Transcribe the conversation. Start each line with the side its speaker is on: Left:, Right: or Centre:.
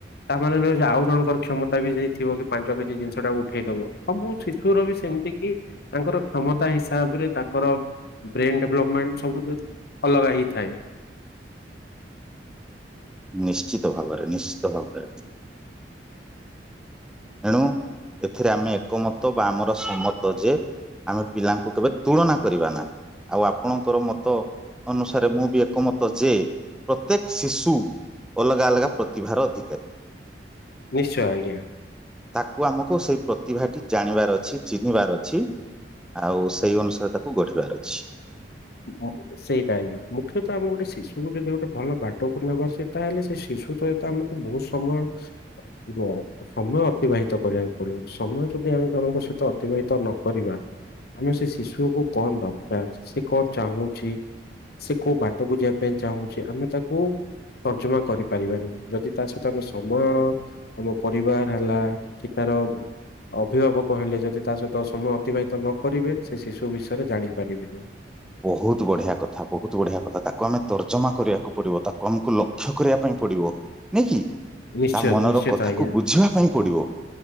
Left: ତାମାନେ ନୁହଁ ଯେ ଆଉ ଜଣଙ୍କର କ୍ଷମ ତା ବି ସେଇ ଥିବ କି ପାଞ୍ଚ କେଜି ଜିନ୍ଷ ଟା ଉଠେଇ ଦବ। ସବୁ ଥିଶୁର ବି ସେତି କି ତାଙ୍କର କ୍ଷମତା ହିସାବ୍ରେ ତାଙ୍କର ବ୍ରେନ୍ ଡେଭ୍ଲପ୍ମେଣ୍ଟ୍ ସବୁ ଯ ଅଲଗା ହେଇଥାଏ।
Centre: ନିଶ୍ଚିତ ଭାବରେ ନିଶ୍ଶିତ ଭାବରେ। ଏଣୁ ଏଥିରେ ଆମେ ଏକମତ ବା ଆମର ସମତ ଯେ ଆମେ ପିଲାଙ୍କୁ କେବେ ତୁଳନା କରିବା ନା। ଆଉ ଆପଣଙ୍କର ମତ ଅନୁସାରେ ମୁଁ ବି ଏକମତ ଯେ ପ୍ରତେକ୍ ଶିଶୁ ଅଲଗା ଅଲଗା ପ୍ରତିଭାର ଅଧିକାରୀ।
Left: ନିଶ୍ଚୟ ଆଜ୍ଞା।
Centre: ତାକୁ ଆମକୁ ସେଇ ପ୍ରତିଭାଟି ଜାଣିବାର୍ ଅଛି। ଚି ଚିନ୍ହିବାର ଅଛି। ଆଉ ସେଇ ଅନୁସାରେ ତାକୁ ଗଢ଼ିବାର୍ ଅଛି।
Left: <inaudible> ସେଇଟା ଆଜ୍ଞା। ମୁଖ୍ୟତ ଆମେ ଗୋଟେ ଶିଶୁକୁ ଯଦି ଗୋଟେ ଭଲ ବାଟକୁ ନେବା। ସେ ତାହେଲେ ସେ ଶିଶୁ ସହିତ ଆମକୁ ବହୁତ ସମୟ ର ସମୟ ଅତିବାହିତ କରିଆକୁ ପଡ଼ିବ। ସମୟ ଯଦି ଆମେ ଜଣଙ୍କ ସହିତ ଅତିବାହିତ ନ କରିବା। ଆମେ ସେ ଶିଶୁ କୁ କଁ ଦର୍କାର୍ ସେ କଣ ଚାହୁଁଛି ସେ କୋଉ ବାଟକୁ ଯିବା ପାଇଁ ଚାହୁଁଛି। ଆମେ ତାକୁ ତର୍ଜମା କରିପାରିବାନି। ଯଦି ତା ସହିତ ଆମେ ସମୟ ଆମ ପରିବାର ହେଲା। କି ତାର ଅଭିଭାବକ ହେଲେ ଯଦି ତା ସହିତ ସମୟ ଅତିବାହିତ ନ କରିବେ। ସେ ଶିଶୁ ବିଷୟରେ ଜାଣିପାରିଵେନି।
Centre: ବହୁତ ବଢିଆ କଥା ବହୁତ ବଢିଆ କଥା। ତାକୁ ଆମେ ତର୍ଜମା କରିବାକୁ ପଡ଼ିବ। ତାକୁ ଆମକୁ ଲକ୍ଷ୍ୟ କରିବା ପାଇଁ ପଡ଼ିବ। ନାଇକି?
Left: ନିଶ୍ଚୟ
Centre: ତା ମନର
Left: ନିଶ୍ଚିତ
Centre: କଥାକୁ
Left: ଆଜ୍ଞା
Centre: ବୁଝିବା ପାଇଁ ପଡ଼ିବ